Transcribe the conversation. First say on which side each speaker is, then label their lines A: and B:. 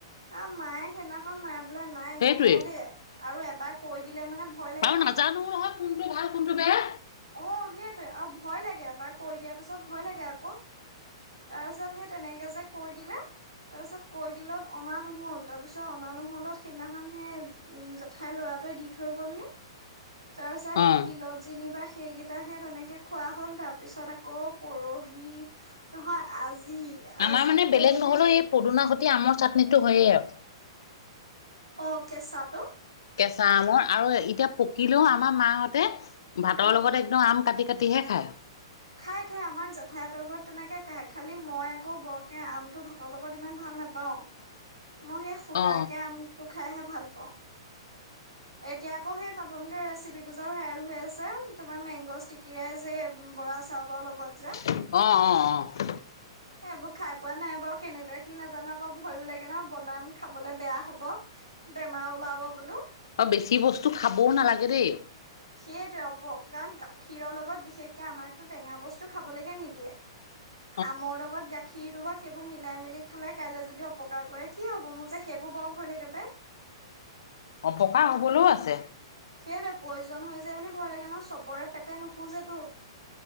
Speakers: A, on the right (about 80°); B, on the left (about 60°).
A: আ, মায়ে সেইদিনাখন মাই বোলে নাই
B: সেইটোৱেই।
A: ন'লও দেই আৰু এবাৰ কৈ দিলে মানে ভয় লাগে
B: আৰু নাজানো নহয় কোনটো ভাল কোনটো বেয়া।
A: অঁ সেইটোৱে, আৰু ভয় লাগে এবাৰ কৈ দিয়াৰ পিছত ভয় লাগে আকৌ। তাৰপিছত সে তেনেকে যে কৈ দিলে। তাৰপিছত কৈ দিলত অনা নহ'ল, তাৰপিছত অনা নহ'লত সিদিনাখন হে উম, জেঠাইৰ ল'ৰাটোৱে দি থৈ গ'লহি
B: <unintelligible>
A: তাৰপাছত সি দিলত
B: অ।
A: যেনিবা সেইকেইটা হে তেনেকে খোৱা হ'ল তাৰপিছত আকৌ পৰহি নহয় আজি আজি
B: আমাৰ মানে
A: তোমাৰ
B: বেলেগ
A: সেই
B: নহ'লেও এই পদুনা সৈটি আমৰ চাটনিটো হয়ে আও
A: অঁ, কেঁচাটো।
B: কেঁচা আমৰ আৰু এতিয়া পকিলেও আমাৰ মাহঁতে ভাতৰ
A: উম
B: লগত
A: উম
B: একদম আম কাটি কাটিহে খায়।
A: খাই খাই আমাৰ জেঠাই হঁতৰ ঘৰত তেনেকে খাই খালি মই আকৌ বৰকে আমটো ভাতৰ লগত ইমান ভাল নাপাওঁ।
B: <inaudible>
A: মই সেই শুদাকে
B: অ
A: আমটো খাইহে ভাল পাওঁ। এতিয়া আকৌ সেই নতুনকে ৰেচিপিটো যে ভাইৰেল হৈ আছে তুমাৰ মেংগ স্তিকিৰে যে উম, বৰা চাউলৰ লগত
B: অঁ
A: যে
B: অঁ, অঁ।
A: এইবোৰ খাই পোৱা নাই বাও, কেনেকুৱা কি নাজানো আকৌ ভয়ো লাগে ন' বনাম খাবলে বেয়া হ'ব। বেমাৰ ওলাব বোলো।
B: অ', বেছি বস্তু খাবও নালাগে দেই।
A: সেইয়টোৱে অপ কাৰণ গাখীৰ লগত বিশেষকে আমাকতো টেঙা বস্তু খাবলেকে নিদিয়ে।
B: <inaudible>
A: আমৰ লগত গা খীৰ ৰুবা সেইবোৰ মিলাই মেলি খালে কাইলে যদি অপকাৰ কৰে কি হ'ব? মোৰ যে সেইবোৰ বৰ ভয় লাগে পাই।
B: অপকাৰ হ'বলও আছে।
A: সেইটোৱে পইজন হৈ যায় বুলি ভয় লাগে ন' চবৰে পেটে নুসোজেটো।